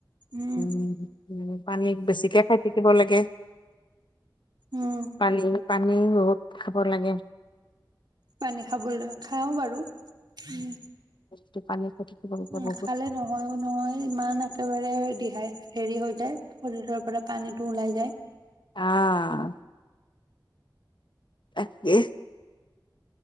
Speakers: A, on the right (about 65°); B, on the left (about 80°).
A: উম
B: উ পানী বেছিকে খাই থাকি থিব লাগে
A: উম
B: পানী পানী বহুত খাব লাগে
A: পানী খাবলৈ খাওঁ বাৰু উম
B: টো পানী খাই থাকিব লাগে
A: উম
B: বহুত
A: খালে নহয়ো নহয় ইমান একেবাৰে অ দিহা হেৰি হল শৰীৰৰ পৰা পানীটো ওলাই যায়
B: অহ তাকে